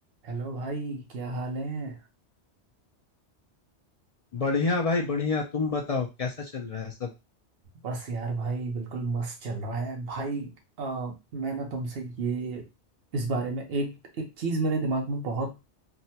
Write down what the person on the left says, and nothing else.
बढ़िया भाई बढ़िया तुम बताओ कैसा चल रहा है सब